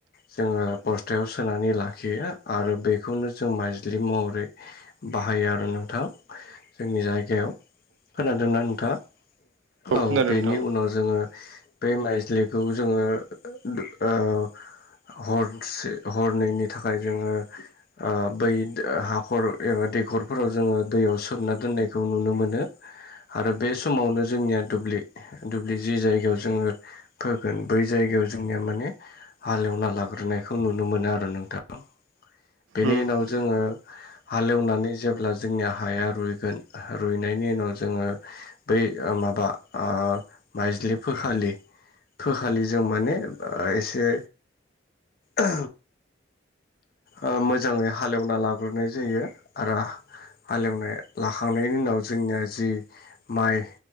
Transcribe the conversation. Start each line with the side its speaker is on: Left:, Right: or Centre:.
Left: जोङो बस्थायाव सोनानै लाखियो आरो बेखौनो जों माइज्लि महरै बाहायो आरो नोंथाङा जोंनि जायगायाव खोनादोंना नोंथाङा? औ
Right: खोनादों
Left: बेनि
Right: नोंथां
Left: उनाव जोङो बे माइजलिखौ जोङो ओ हर से हरनैनि थाखाय जोङो ओ बै हाखर एबा दैखरफोराव जोङो दैयाव सोमना दोननायखौ नुनो मोनो। आरो बे समावनो जोंनिया दुब्लि दुब्लि जि जायगायाव जोङो फोगोन बै जायगायाव जोंनिया माने हालेवना लाग्रोनाय बेखौ नुनो मोनो आरो नोंथां बेनि
Right: औ
Left: उनाव जोङो हालेवनानै जेब्ला जोंनि हाया रुइगोन रुइनायनि उनाव जोङो बै माबा ओ माइज्लिफोखालि फोखालि जों माने एसे ओ ओ मोजाङै हालेवना लाग्रोनाय जायो आरो हालेवनाय लाखांनायनि उनाव जोंनिया जि माइ